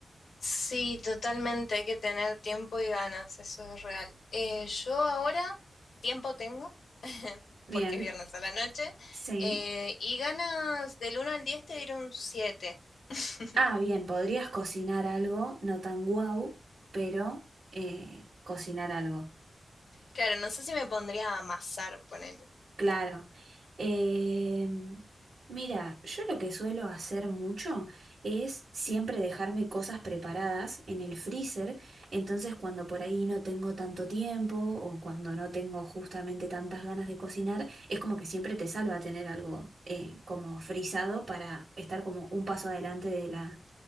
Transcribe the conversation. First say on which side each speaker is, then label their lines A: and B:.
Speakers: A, on the left; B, on the right.
A: Sí, totalmente, hay que tener tiempo y ganas, eso es real. Eh, yo ahora tiempo tengo, <laughs>
B: <laughs> Bien,
A: porque es viernes a la noche,
B: sí.
A: eh, y ganas del uno al 10 te diré un 7. <laughs>
B: Ah, bien, podrías cocinar algo, no tan guau, pero eh, cocinar algo,
A: Claro, no sé si me pondría a amasar, ponele.
B: claro. Eh, mira, yo lo que suelo hacer mucho es siempre dejarme cosas preparadas en el freezer, entonces cuando por ahí no tengo tanto tiempo o cuando no tengo justamente tantas ganas de cocinar, es como que siempre te salva tener algo eh, como frisado para estar como un paso adelante de la,